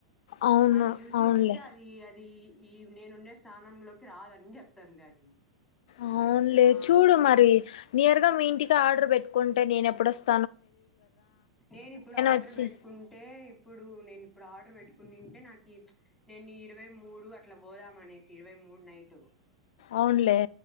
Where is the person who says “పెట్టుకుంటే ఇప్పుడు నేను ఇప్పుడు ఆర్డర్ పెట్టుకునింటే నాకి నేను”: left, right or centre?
Centre